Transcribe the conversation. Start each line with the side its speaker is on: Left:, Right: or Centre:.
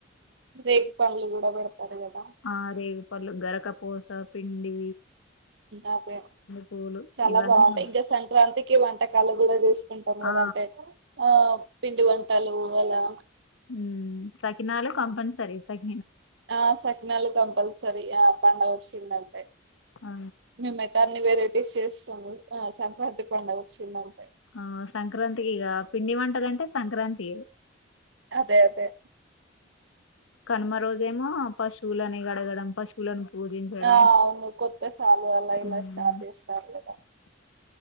Right: రేగు పళ్ళు కూడా పెడతారు కదా
Left: అ రేగు పళ్ళు గారాకాపూస పిండి
Right: అదే
Left: పూలు
Right: చాలా
Left: ఇవన్నీ
Right: బాగుంటాయి ఇంకా సంక్రాంతికి వంటకాలు కూడా తీసు తింటాం కదా
Left: ఆ
Right: అంటే ఆ పిండి వంటలు అలా
Left: ఉ సకినాలుగు కంపల్సరి సకి
Right: ఆ సకినాలు కంపల్సరీ ఆ పండగ వచ్చిందంటే
Left: ఆ
Right: మేమైతే అన్ని వెరైటీస్ చేస్తాము ఆ సంక్రాంతి పండుగ వచ్చిందంటే
Left: ఆ సంక్రాంతి ఈగ పిండి మంట అంటే సంక్రాంతి ఏ
Right: అదే అదే
Left: కనుమ రోజేమో పశువులని గడగడం పశువులను పూజించడం
Right: ఆ అవును కొత్త సాలు అలా ఇలా
Left: ఉమ్,
Right: అద సాలుద